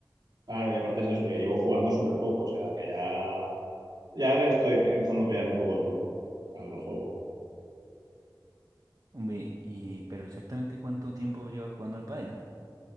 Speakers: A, on the right (about 70°); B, on the right (about 50°).
A: Claro, y aparte es eso, que llevo jugando súper poco, o sea, que ya, ya le estoy empezando a pillar un poco el truco al juego.
B: Hombre, y pero exactamente cuánto tiempo llevas jugando al pádel?